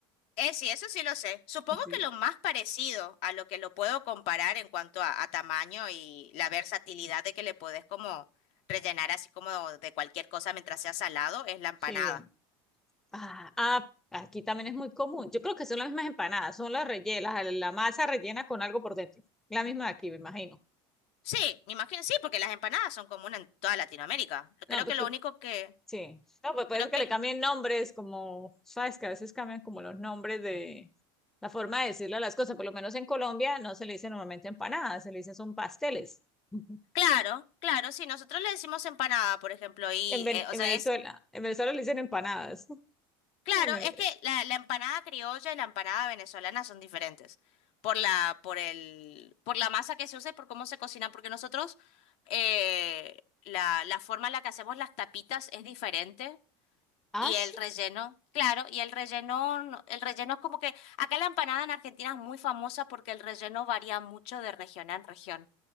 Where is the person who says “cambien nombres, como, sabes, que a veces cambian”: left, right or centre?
Centre